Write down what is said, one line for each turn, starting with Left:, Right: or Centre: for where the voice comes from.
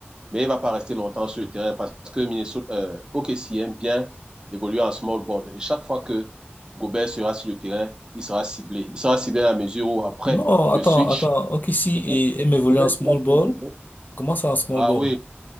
Right: mais il ne va pas rester longtemps sur le terrain parce que Minnesota, euh, OKC aime bien évoluer en small ball. Et chaque fois que Gobert sera sur le terrain, il sera ciblé. Il sera ciblé à la mesure où après
Left: Non,
Right: le
Left: attends,
Right: switch.
Left: attends. Ok, si
Right: Gobert,
Left: et, et m'évoluer
Right: Gobert,
Left: en small
Right: tu l'as
Left: ball.
Right: sur le
Left: Comment ça en small
Right: Ah
Left: ball?
Right: oui,